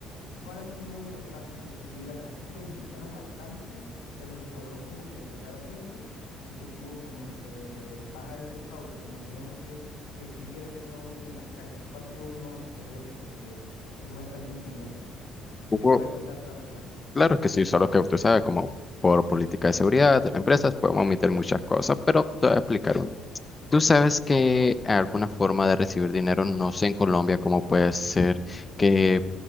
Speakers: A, on the left; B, on the left.
A: ¿Cuál ha sido uno de los casos que tú digas, aquí se la ingeniaron bastante, pero se logró como que detectar a tiempo y se pudo como que bajar ese fraude, como que no dejó que, que siguiera ese fraude en las calles? ¿Cuál ha sido uno que tú hayas dicho que, que fue bastante ingenioso? Si
B: Hugo,
A: se puede contar, claro está.
B: Claro que sí, solo que usted sabe, como por política de seguridad de las empresas, podemos omitir muchas cosas, pero te voy a explicar uno. Tú sabes que alguna forma de recibir dinero, no sé en Colombia cómo puede ser que